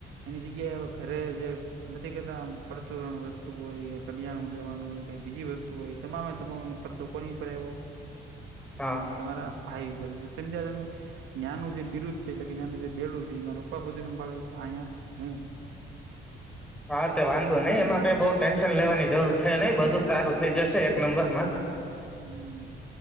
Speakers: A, on the right; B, in the centre.
A: એની જગ્યાએ ઘરે જ એક નથી કેતા આમ પરચુરણ વસ્તુ હોય કે કટી લેવાનું હોય કે બીજી વસ્તુ હોય તમામે તમામ ની ખર્ચો કોની ઉપર આઇવો
B: હા
A: તમારા ભાઈ ઉપર જ સમજ્યા તમે? ન્યાંનું જે બિરુદ્ છે એટલે કે ન્યાનું જે બેડું છે એ મારા પપ્પા બધું સંભાળે છે અયા હું.
B: હા તે વાંધો નઈ એમાં કઈ બહુ ટેન્શન લેવાની જરૂર છે, નઈ બધું જ સારું થઈ જશે એક નંબર મસ્ત. <inaudible>
A: હમ્મ